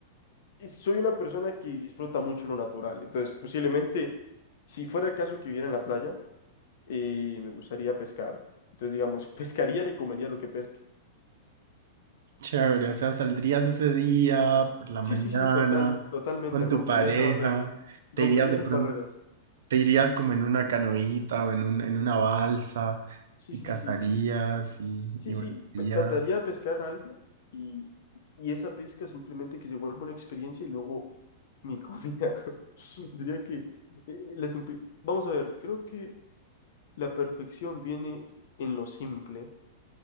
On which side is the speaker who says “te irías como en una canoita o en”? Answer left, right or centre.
Right